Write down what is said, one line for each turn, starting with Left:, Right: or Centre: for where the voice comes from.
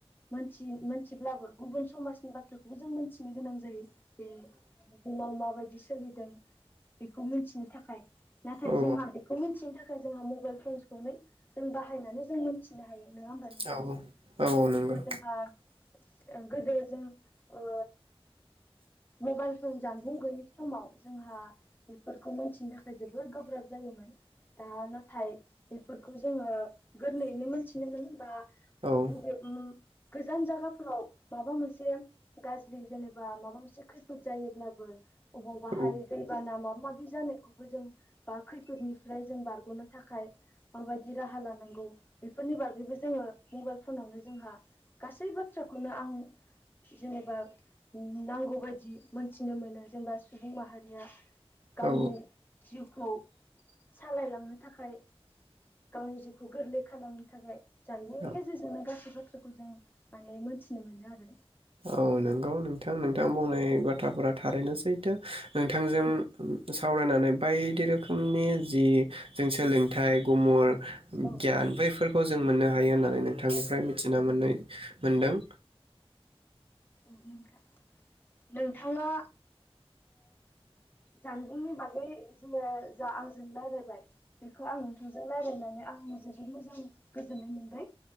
Left: मोनथि मोनथिब्लाबो गुबुन समाजनि बाथ्राखौबो जों मोनथिनो गोनां जायो। बे बुहुमाव माबाय दि सोलिदों बेखौ मोनथिनो थाखाय नाथाय
Right: औ
Left: जोंहा बेखौ थिनो थाखाय जोंहा मबाइल फन्सखौनो जों बाहायनानै जों मोनथिनो हायो। नोङा होनबा नोंथां
Right: औ औ औ नंगौ
Left: बो जोंहा ओं गोदो जों ओ मबाइलफोन जानबुं गैयि समाव जोंहा बेफोरखौ मोनथिनो थाखाय जबोर गोब्राब जायोमोन दा नाथाय बेफोरखौ जोङो गोरलैयैनो मोनथिनोमोनो बा बबे
Right: औ
Left: उम गोजान जागाफोराव माबा मोनसे गाज्रि जेनेबा माबा मोनसे खैफोद जायोब्लाबो अबावबाहाय
Right: औ
Left: दैबाना माब माबि जानायखौबो जों बा खैफोदनिफ्राय जों बारग'नो थाखाय माबायदि राहा लानांगौ बेफोरनि बागैबो जोङो मबाइल फनावनो जोंहा गासै बाथ्राखौनो आं जेनेबा नांगौबायदि मोनथिनो मोनो जेनेबा सुबुं माहारिया गावनि
Right: औ
Left: जिउ खौ सालायलांनो थाखाय गावनि जिउखौ गोरलै खालामनो थाखाय जानबुंनि
Right: औ
Left: गेजेरजोंनो गासैबो खौ जों माने मोनथिनो मोनो आरो
Right: औ नंगौ नोंथां नोंथां बुंनाय बाथ्राफोरा थारैनो सैथो नोंथांजों सावरायनानै बायदि रोखोमनि जि जों सोलोंथाइ
Left: औ
Right: गुमुर
Left: औ
Right: गियान बैफोरखौ जों मोननो हायो ना नानै नोंथांनिफ्राय
Left: औ
Right: मिथिना मोन मोनदों
Left: औ नोंथां नोंथाङा जानबुंनि बागै जोङो जा आंजों राय्लायबाय बेखौ आं नोंथांजों रायज्लायनानै आं जोबोद मोजां गोजोननाय मोनबाय